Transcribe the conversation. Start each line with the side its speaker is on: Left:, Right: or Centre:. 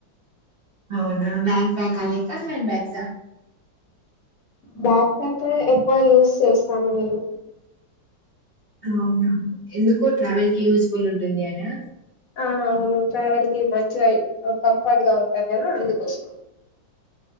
Right: అవునా బ్యాగ్ ప్యాక్ అల హ్యాండ్ బ్యాగ్స్ ఆ
Left: బ్యాక్ ప్యాక్ ఎక్కువ యూజ్ చేస్తాను నేను
Right: అవునా ఎందుకు ట్రావెల్ కి యూస్ ఫుల్ ఉంటుంది అనా
Left: ఆ అవును ట్రావెల్ మంచిగా కంఫర్ట్ గా ఉంటుంది కదా అందుకోసం